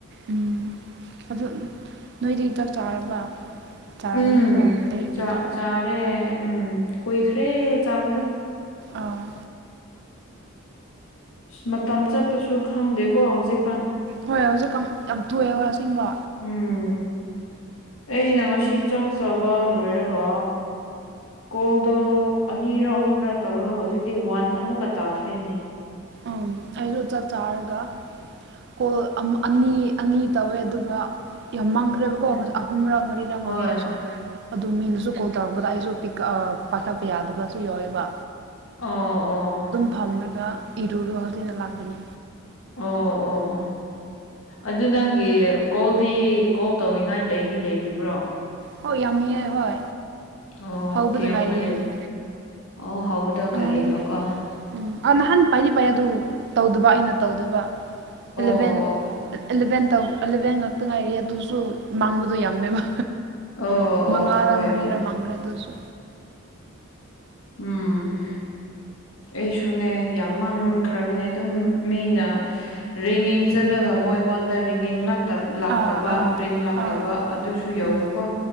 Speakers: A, on the right; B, on the left.
A: ꯎꯝ ꯑꯗꯨ ꯅꯣꯏꯗꯤ ꯆꯥꯛ ꯆꯥꯔꯕ꯫ ꯆꯥꯔꯝꯅꯤꯀꯣ
B: ꯎꯝ
A: ꯑꯩꯒꯤꯗꯤ
B: ꯆꯥꯛ ꯆꯥꯔꯦ ꯎꯝ ꯀꯨꯏꯈ꯭ꯔꯦ ꯆꯥꯕꯗꯣ꯫
A: ꯑꯥ꯫
B: ꯏꯁ ꯃꯇꯝ ꯆꯠꯄꯁꯨ ꯈꯪꯗꯦꯀꯣ ꯍꯧꯖꯤꯛꯀꯥꯟ꯫
A: ꯍꯣꯏ ꯍꯧꯖꯤꯛ ꯀꯥꯝ ꯌꯥꯝ ꯊꯣꯛꯑꯦ ꯍꯣꯏ ꯑꯁꯦꯡꯕ꯫
B: ꯎꯝ ꯑꯩꯅ ꯉꯁꯤ ꯆꯥꯛ ꯆꯕ ꯂꯣꯏꯔꯒ ꯀꯣꯜꯗꯣ ꯑꯅꯤꯔ ꯑꯍꯨꯝꯔꯛ ꯇꯧꯔꯒ ꯍꯧꯖꯤꯛꯇꯤ ꯋꯥꯟ ꯑꯃꯨꯛꯀ ꯇꯥꯈ꯭ꯦꯅꯦ꯫
A: ꯑ ꯑꯩꯁꯨ ꯆꯥꯛ ꯆꯥꯔꯒ ꯀꯣꯜ ꯑꯝ ꯑꯅꯤ ꯑꯅꯤ ꯇꯧꯋꯦ ꯑꯗꯨꯒ ꯌꯥꯝ ꯃꯥꯟꯈ꯭ꯔꯦꯕꯀꯣ
B: ꯎꯝ
A: ꯑꯍꯨꯝꯔꯛ ꯃꯔꯤꯔꯛ
B: ꯍꯣꯏ
A: ꯃꯥꯡꯉꯦ ꯑꯩꯁꯨ ꯑꯗꯨ ꯃꯤꯅꯁꯨ ꯀꯣꯜ ꯇꯧꯔꯛ ꯇꯧꯕꯗ ꯑꯩꯁꯨ ꯄꯤꯛ ꯑ ꯄꯥꯏꯈꯠꯄ ꯌꯥꯗꯕꯁꯨ ꯌꯥꯎꯋꯦꯕ꯫
B: ꯑꯣ ꯑꯣ꯫
A: ꯐꯝꯂꯒ ꯏꯔꯨꯔꯣ ꯍꯨꯔꯦꯟꯗꯣ ꯂꯥꯛꯕꯅꯤ꯫
B: ꯑꯣ ꯑꯣ ꯑꯗꯨ ꯅꯪꯒꯤ ꯀꯣꯜꯗꯤ ꯀꯣꯜ ꯇꯧꯅꯤꯡꯉꯥꯏ ꯂꯩꯗꯤ ꯂꯩꯔꯤꯕ꯭ꯔꯣ꯫
A: ꯍꯣꯏ ꯌꯝꯃꯤꯌꯦ ꯍꯣꯏ꯫
B: ꯑꯣ
A: ꯍꯧꯕꯗ
B: ꯀꯦꯌꯥꯒꯨꯝꯕ
A: ꯉꯥꯏꯔꯤꯅꯦ
B: ꯂꯩ ꯑꯣ ꯍꯧꯕꯗ ꯉꯥꯏꯔꯤꯑꯦꯕꯀꯣ꯫
A: ꯎꯝ ꯎꯝ ꯑ ꯅꯍꯥꯟ ꯄꯥꯏꯗꯤ ꯄꯥꯏ ꯑꯗꯨ ꯇꯧꯗꯕ ꯑꯩꯅ ꯇꯧꯗꯕ
B: ꯑꯣ
A: ꯏꯂꯚꯦꯟ
B: ꯑꯣ
A: ꯑꯦꯂꯚꯦꯟ ꯇꯧ ꯑꯦꯂꯚꯦꯟ ꯉꯥꯛꯇ ꯉꯥꯏꯔꯤꯑꯦ ꯑꯗꯨꯁꯨ ꯃꯥꯡꯕꯗꯣ ꯌꯥꯝꯃꯦꯕ꯫
B: ꯑꯣ
A: ꯃꯉꯥꯔ
B: ꯑꯣ ꯍꯣꯏ
A: ꯃꯔꯤꯔ
B: ꯍꯣꯏ
A: ꯃꯥꯡꯒꯔꯦ ꯑꯗꯨꯖꯨ꯫
B: ꯎꯝ꯫ ꯑꯩꯁꯨꯅꯦ ꯌꯥꯝ ꯃꯥꯡꯈ꯭ꯔꯕꯅꯦ ꯑꯗꯨꯝ ꯃꯤꯅ ꯔꯤꯒꯤꯡ ꯆꯠꯂꯒ ꯃꯣꯏ ꯑꯩꯉꯣꯟꯗ ꯔꯤꯒꯤꯡ ꯂꯥꯛ ꯂꯥꯛꯇꯕ
A: ꯑꯥ ꯑꯥ
B: ꯔꯤꯡ ꯂꯥꯛꯇꯕ
A: ꯑꯥ
B: ꯑꯗꯨꯁꯨ ꯌꯥꯎꯋꯦꯕꯀꯣ
A: ꯎꯝ